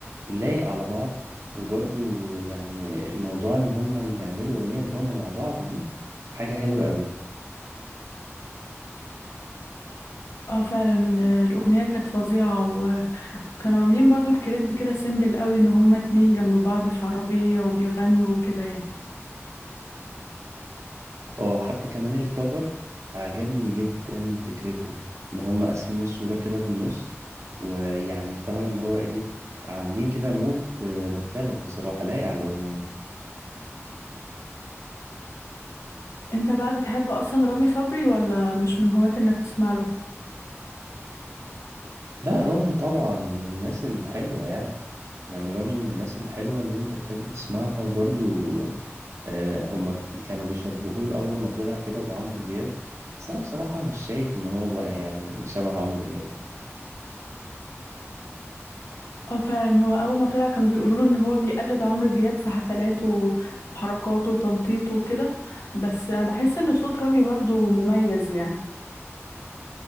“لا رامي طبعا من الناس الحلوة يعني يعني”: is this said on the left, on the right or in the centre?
Right